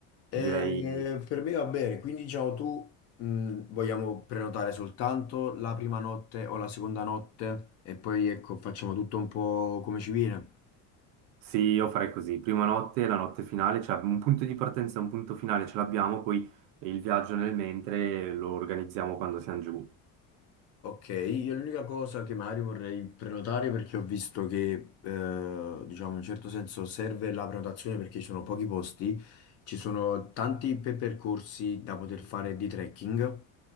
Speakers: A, on the left; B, on the right.
A: Eh,
B: Direi
A: per me va bene, quindi diciamo tu mh, vogliamo prenotare soltanto la prima notte o la seconda notte e poi ecco facciamo tutto un po' come ci viene.
B: sì, io farei così, prima notte, la notte finale, cioè un punto di partenza e un punto finale ce l'abbiamo, poi il viaggio nel mentre lo organizziamo quando siamo giù.
A: Ok, io l'unica cosa che magari vorrei prenotare perché ho visto che, eh, diciamo, in un certo senso serve la prenotazione perché ci sono pochi posti, ci sono tanti pe- percorsi da poter fare di trekking,